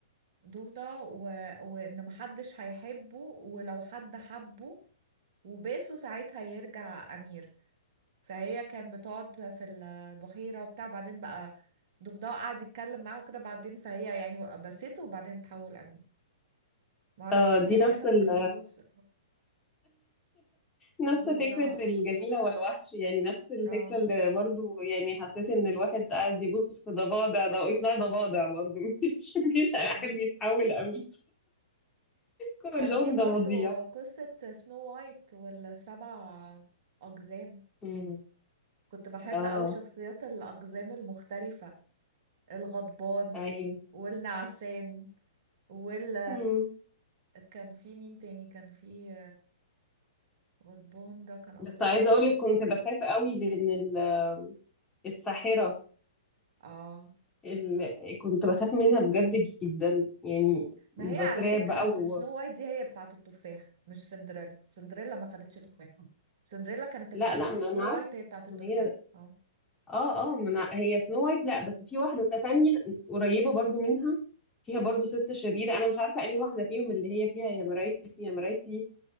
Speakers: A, on the right (about 50°); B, on the left (about 15°).
A: ضفدع و- وإن محدش هيحبه ولو حد حبه وباسه ساعتها يرجع أمير فهي كان بتقعد في البحيرة وبتاع بعدين بقى ضفدع قعد يتكلم معاه وكده بعدين فهي يعني بسته وبعدين تحول أمير معرفش
B: آه
A: ليه
B: دي
A: بني
B: نفس
A: آدم
B: ال...
A: ممكن يبوس
B: نفس
A: ضفدع
B: فكرة الجميلة والوحش يعني نفس الفكرة
A: اه
B: اللي برضو يعني حسيت إن الواحد قاعد يبوس في ضفادع ده ويطلع ضفادع برضو <laughs> مفيش مفيش واحد
A: اه
B: بيتحول أمير كلهم
A: كان في برضو
B: ضفاديع
A: قصة سنو وايت والسبع أقزام
B: امم
A: كنت بحب
B: اه
A: قوي شخصيات الأقزام المختلفة الغضبان
B: ايوه
A: والنعسان وال
B: مم.
A: كان في مين تاني كان في غضبان ده كان أكتر
B: بس عايزة
A: واحد
B: اقولك
A: غض...
B: كنت بخاف قوي من ال- الساحرة
A: اه
B: ال... كنت بخاف منها بجد جدا يعني
A: ما
B: بترعب
A: هي على فكرة
B: بقى
A: في
B: و...
A: سنو وايت دي هي بتاعة التفاح مش سندريلا سندريلا ما خدتش تفاح سندريلا كانت
B: لا
A: الجزمة
B: لا ما
A: سنو
B: انا عارفة
A: وايت هي بتاعة
B: ما
A: التفاح
B: هي
A: اه
B: اه اه ما أنا... هي سنو وايت لا بس في واحدة تانية قريبة برضو منها فيها برضو ست شريرة انا مش عارفة انهي واحدة فيهم اللي هي فيها يا مرايتي يا مرايتي